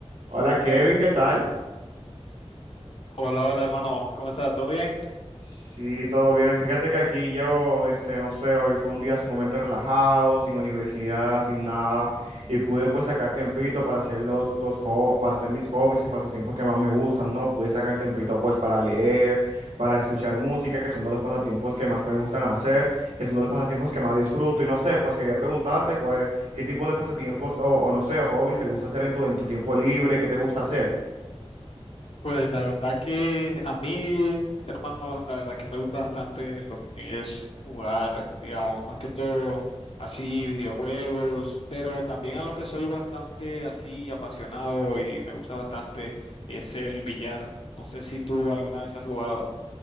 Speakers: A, on the right; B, on the left.
A: Hola Kevin, ¿qué tal?
B: Hola, hola hermano, ¿cómo estás? ¿Todo bien?
A: Sí, todo bien. Fíjate que aquí yo, este, no sé, hoy fue un día sumamente relajado, sin universidad, sin nada, y pude pues sacar tiempito para hacer los, los hobbies, para hacer mis hobbies y pasatiempos que más me gustan, ¿no? Pude sacar tiempito pues para leer, para escuchar música, que son de los pasatiempos que más me gustan hacer, que son de los pasatiempos que más disfruto, y no sé, pues quería preguntarte cuál, qué tipo de pasatiempos o, o no sé, o hobbies te gusta hacer en tu, en tu tiempo libre, qué te gusta hacer.
B: Pues la verdad que a mí, hermanos, la verdad que me gusta bastante lo que es jugar, digamos, más que todo así videojuegos, pero también a lo que soy bastante así apasionado y me gusta bastante es el billar. No sé si tú alguna vez has jugado.